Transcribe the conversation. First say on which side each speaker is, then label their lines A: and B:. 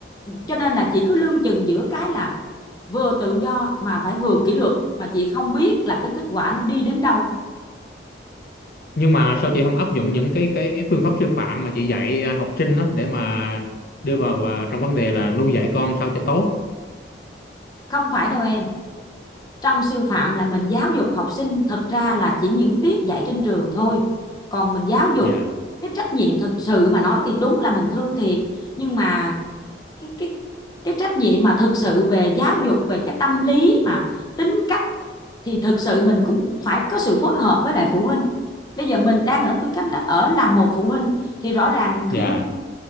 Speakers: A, on the left; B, on the left.
A: cho nên là chị cứ lưng chừng giữa cái là vừa tự do mà phải vừa kỷ luật mà chị không biết là cái kết quả nó đi đến đâu
B: nhưng mà sao chị không áp dụng những cái cái phương pháp sư phạm mà chị dạy ờ, học sinh đó để mà đưa vào ờ, trong vấn đề là nuôi dạy con sao cho tốt
A: không phải đâu em trong sư phạm là mình giáo dục học sinh thật ra là chỉ những tiết dạy trên trường thôi còn mình giáo dục
B: dạ
A: cái trách nhiệm thực sự mà nói thì đúng là mình thương thiệt nhưng mà cái cái cái trách nhiệm mà thực sự về giáo dục về cái tâm lý mà tính cách thì thực sự mình cũng phải có sự phối hợp với lại phụ huynh bây giờ mình đang ở tư cách là ở làm một phụ huynh thì rõ ràng khi
B: dạ